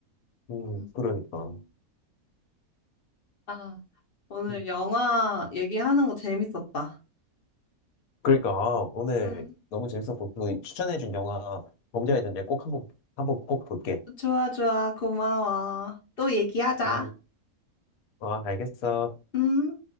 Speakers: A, on the left; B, on the left.
A: 음,
B: 응.
A: 그러니까.
B: 아. 오늘
A: 음.
B: 영화 얘기하는 거 재밌었다.
A: 그러니까, 아, 오늘
B: 응.
A: 너무 재밌었고, 그 추천해준 영화, 범죄의 전쟁 꼭 한 번, 한번 꼭 볼게.
B: 좋아, 좋아. 고마워. 또 얘기하자.
A: 음, 아, 알겠어.
B: 음.